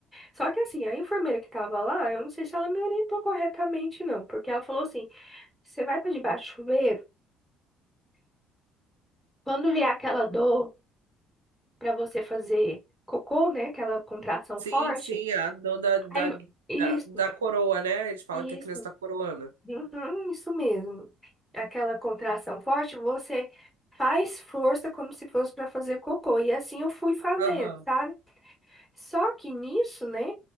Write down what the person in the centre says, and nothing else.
Só que assim, a enfermeira que tava lá, eu não sei se ela me orientou corretamente não, porque ela falou assim: "Você vai pra debaixo do chuveiro, quando vier aquela dor pra você fazer cocô, né, aquela contração forte,
aí isso
Isso,
uhum, isso mesmo. Aquela contração forte, você faz força como se fosse para fazer cocô. E assim eu fui fazendo,
sabe? Só que nisso, né?